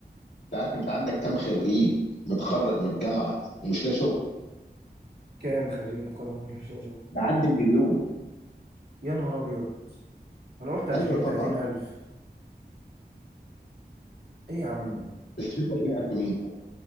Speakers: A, on the left (about 85°); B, on the right (about 70°).
A: انت عارف انت عندك كام خريج متخرج من الجامعه ومش لاقي شغل
B: كام خريج نقابة <laughs> شو شو.
A: بعدي المليون
B: يا نهار ابيض انا قلت 20
A: ايوه طبعا
B: 30 الف ايه يا عم ده
A: 20 20000 مين